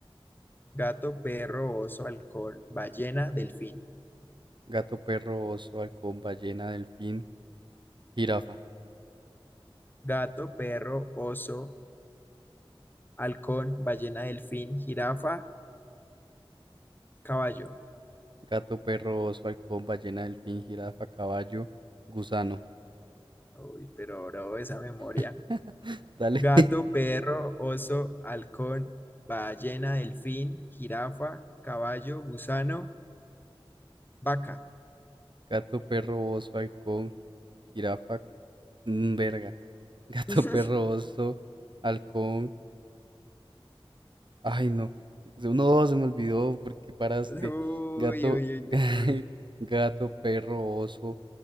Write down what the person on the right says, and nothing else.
Gato, perro, oso, halcón, ballena, delfín, jirafa.
Gato, perro, oso, halcón, ballena, delfín, jirafa, caballo, gusano.
<laughs> Dale.
<laughs>
Gato, perro, oso, halcón, jirafa, mm, verga. <laughs> Gato,
perro, oso, halcón. Ay, no. Se- No, se me olvidó porque paraste.
Gato,
<laughs>
gato, perro, oso,